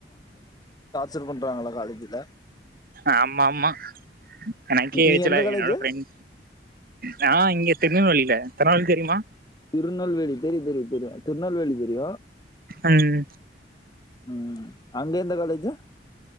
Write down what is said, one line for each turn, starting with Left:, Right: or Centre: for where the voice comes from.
Left: சரு பண்றாங்களா காலேஜில
Right: ஆமாமா எனக்கே
Left: நீ
Right: எருச்சலாருக்
Left: எந்த காலேஜ்
Right: என்னோட ஃப்ரெண் நா இங்க திருநெல்வலில தனவால் தெரிய்மா
Left: திருநல்வேலி தெரியு தெரியு தெரியு திருநல்வேலி தெரியு
Right: ம்
Left: ம் அங் எந்த காலேஜு